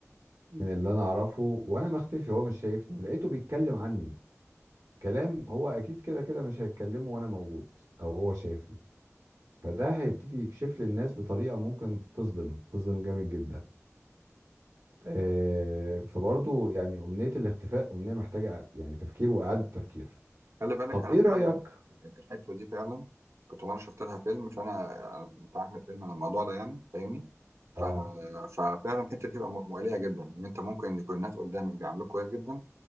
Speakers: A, on the right; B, on the right.
A: من اللي أنا أعرفه وأنا مختفي هو مش شايفني ولقيته بيتكلم عني كلام هو أكيد كده كده مش هيتكلمه وأنا موجود أو هو شايفني فده
B: آه،
A: هيبتدي يكشف للناس بطريقة ممكن تصدم تصدم جامد جدا آه، فبرضه يعني أمنية الاختفاء أمنية محتاجة يعني تفكير وإعادة تفكير
B: خلي بالك
A: طب
B: انا
A: إيه
B: فعلا
A: رأيك؟
B: الحته دي فعلا كنت مره شفت لها فيلم فانا أنا بتاع احمد فيلم على الموضوع ده يعني فاهمني ف...
A: آه
B: ففعلا الحته دي بتبقى م- مؤليه جدا ان انت ممكن يكون الناس قدامك بيعاملوك كويس جدا